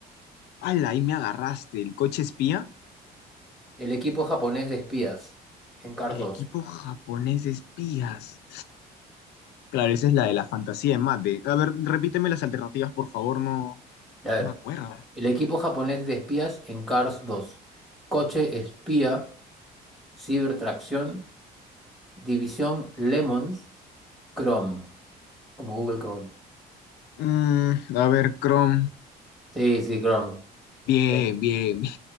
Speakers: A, on the left (about 75°); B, in the centre.
A: ¡Hala! Ahí me agarraste. ¿El coche espía?
B: El equipo japonés de espías en Cars
A: El
B: 2.
A: equipo japonés de espías. Claro, esa es la de la fantasía de mate. A ver, repíteme las alternativas, por favor, no,
B: A ver.
A: no me acuerdo.
B: El equipo japonés de espías en Cars 2. Coche espía, cibertracción, división Lemons, Chrome, como Google Chrome.
A: Mm, a ver, Chrome.
B: Sí, sí, Chrome.
A: Bien,
B: Sí.
A: bien, bien.